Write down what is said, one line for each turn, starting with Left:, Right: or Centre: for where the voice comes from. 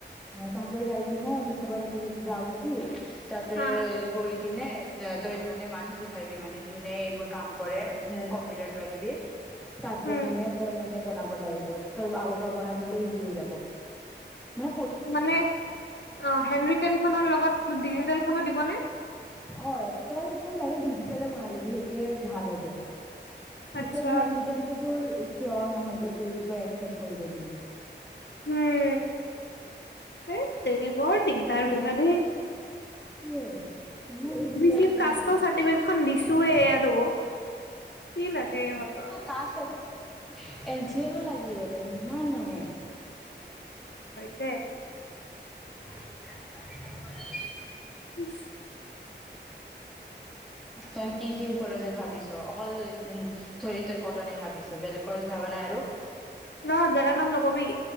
Centre: অ ততে যাইকনে কেতিয়াবা ততে যা যদি তাতে
Left: হা
Centre: গৈ কিনে ত তই মানে মানুহ বিচাৰিবি মানে যোনে এইবোৰ কাম কৰে কম্পিউটাৰ কিবা কিবি তাত যাই
Left: উম
Centre: কিননে তই মানে বনাই আগৰ বনাই থি হৈ যাব মান
Left: মানে অ হেনৰিটন খনৰ লগত ডিজিেল খনো দিবনে
Centre: অ তই তই ডাইৰে্ ডিজিটলে বনাই লবি সেইটোৱে ভাল হ'ব
Left: আচ্ছা
Centre: বিকজ হেণ্টনটো তোৰ চিয়ৰ নহয় যে কি কয় এক্সেপ কৰিব বুলি
Left: উম দেৰিবত দিগদাৰ মৰাতেে
Centre: স ইমান দিগদাৰ
Left: চি
Centre: দিয়ে
Left: কাষ্টৰ
Centre: ন ন
Left: চাৰ্টিফিকেটখন দিছোয়ে
Centre: আকৌ
Left: আৰু কি লাগে ইহঁতক
Centre: কাষ্ট চাৰ্টিফিকেট এন চি এলৰ লাগে সিহঁতৰ ইমান মানে
Left: হয়তে
Centre: অ অ
Left: উম
Centre: তই কি কি কলেজত যে ভাবিছ অকল উ ধৰি তই কটনি ভাবিছ বেলেগ ভাবা নাই আৰু
Left: নহ জগাৰ নাম নকবি